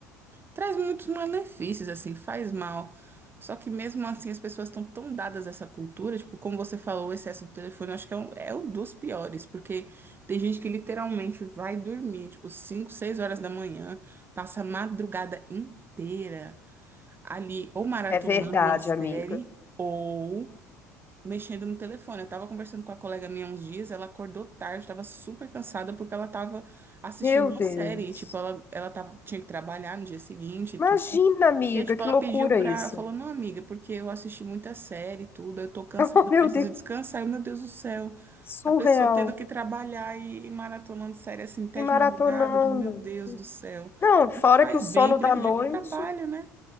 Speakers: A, on the right; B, on the left.
A: Traz muitos malefícios, assim, faz mal. Só que mesmo assim as pessoas estão tão dadas a essa cultura, tipo, como você falou, o excesso do telefone, eu acho que é um, é um dos piores, porque tem gente que literalmente vai dormir, tipo, 5 6 horas da manhã, passa a madrugada inteira ali, ou maratonando
B: É verdade,
A: uma série,
B: amiga.
A: ou mexendo no telefone. Eu tava conversando com a colega minha uns dias, ela acordou tarde, tava super cansada porque ela tava assistindo
B: Meu
A: uma
B: Deus.
A: série, e, tipo, ela, ela tava, tinha que trabalhar no dia seguinte e
B: Imagina,
A: tudo.
B: amiga,
A: E aí, tipo,
B: que
A: ela
B: loucura
A: pediu pra.
B: isso.
A: Falou,
B: <laughs>
A: não, amiga, porque eu assisti muita série e tudo, eu tô cansada,
B: Oh,
A: eu
B: meu
A: preciso
B: Deus,
A: descansar. E, meu Deus do céu,
B: surreal.
A: a pessoa tendo que trabalhar e, e maratonando série assim até
B: E maratonando.
A: de madrugada, eu digo, meu Deus do céu.
B: Não, fora
A: E faz
B: que o sono
A: bem, prejudica
B: da noite.
A: o trabalho, né?